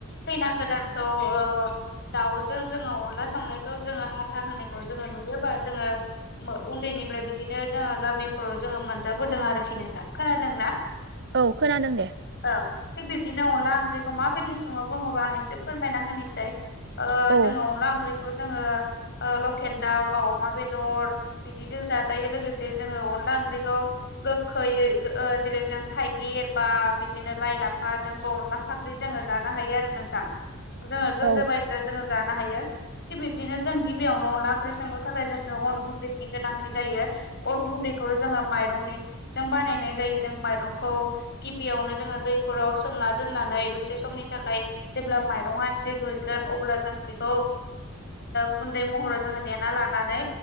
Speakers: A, on the left (about 50°); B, on the right (about 50°).
A: खैना गोदानखौ औ दाउजों जोङो अनला संनायखौ जोङो हाथा होनायखौ जोङो नुयोबा जोङो उन्दैनिफ्राय बिदिनो जोङो गामिफोराव जोङो मोनजाबोदों आरोखि नोंथां खोनादोंना <inaudible>
B: औ खोनादों दे
A: औ थिग बिब्दिनो अनला ओंख्रिखौ माबायदि सङो बुङोबा आं एसे फोरमायना होनोसै ओ
B: औ
A: जोङो अनला ओंख्रिखौ जोङो लकेल दाउ बा अमा बेदर बिदिजों जाजायो लोगोसे जोङो अनला ओंख्रिखौ गोखैयै ओ जेरै जों थाइगिर एरबा बिदिनो लाइ लाफा जोंबो अनला साख्रि जोङो जानो हायो आरो नोंथां जोङो गोसो
B: औ
A: बायसा जोङो जानो हायो थिग बिब्दिनो जों गिबियावनो अनला ओंख्रि संनो थाखाय जोंनो अन गुन्दैनि गोनांथि जायो। अन गुन्दैखौ जोङो माइरंनि जों बानायनाय जायो जों माइरंखौ गिबियावनो जोङो दैफोराव सोमना दोननानै दसे समनि थाखाय जेब्ला माइरङा एसे रुइगोन अब्ला जों बेखौ ओ गुन्दै महराव जोङो देना लानानै